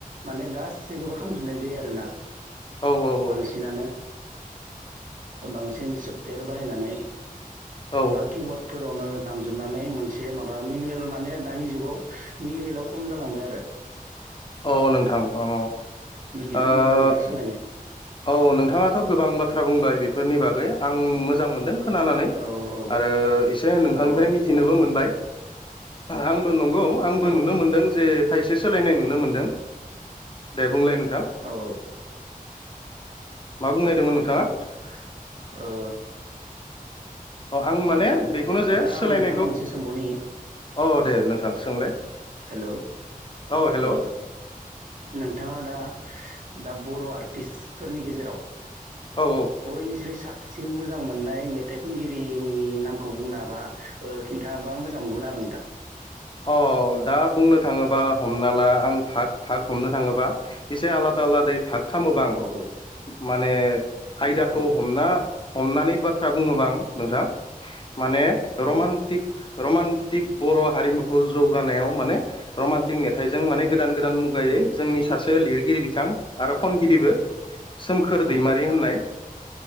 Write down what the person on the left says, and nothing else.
औ औ
औ
अ नोंथां अ।
ओ
औ नोंथाङाथ' गोबां बाथ्रा बुंबाय बेफोरनि बागै आं मोजां मोनदों खोनानानै
आरो एसे नोंथांनिफ्राय
मिथिनोबो मोनबाय आंबो नं गौ आंबो
नुनो मोनदों जे खायसे सोलायनाय नुनो मोनदों दे बुंलाय नों
मा बुंनायदोमोन नोंथाङा?
अ आं माने
बेखौनो जे
सोलायनायखौ
अ दे नोंथां। सोंलाय
औ हेल'
औ
औ
अ दा बुंनो थाङोबा हमना ला आं भाग भाग हमनो थाङोबा एसे आलाद आलादायै भाग खामोबा आं
माने आयदाखौ
हमना हमनानै बाथ्रा बुङोबा आं नोंथां माने
रमान्टिक रमान टिक बर' हारिमुखौ जौगानायाव माने रमान्टिक मेथाइजों माने गोदान गोदान मुगायै
जोंनि सासे लिरगिरि बिथां आरो खनगिरिबो सोमखोर
दैमारि होननाय